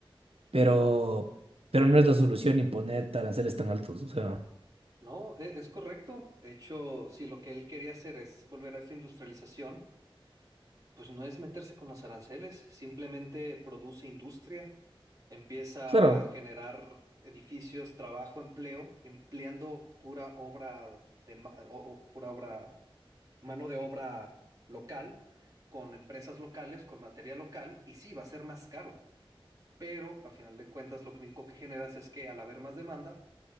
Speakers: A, on the right; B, on the right.
A: pero, pero no es la solución imponer aranceles tan altos. O sea,
B: No, e- es correcto. De hecho, si lo que él quería hacer es volver a esa industrialización, Pues no es meterse con los aranceles, simplemente produce industria, empieza
A: claro,
B: a generar edificios, trabajo, empleo, empleando pura obra de ma- o- o pura obra, mano de obra local, con empresas locales, con materia local, y sí, va a ser más caro, pero a final de cuentas lo único que generas es que al haber más demanda,